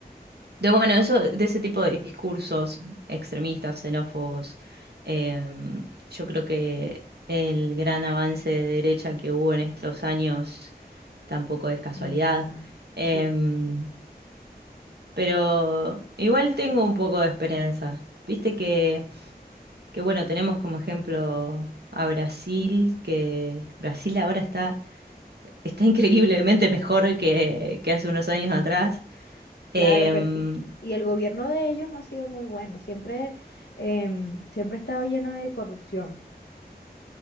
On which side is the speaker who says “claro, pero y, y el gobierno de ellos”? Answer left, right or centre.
Left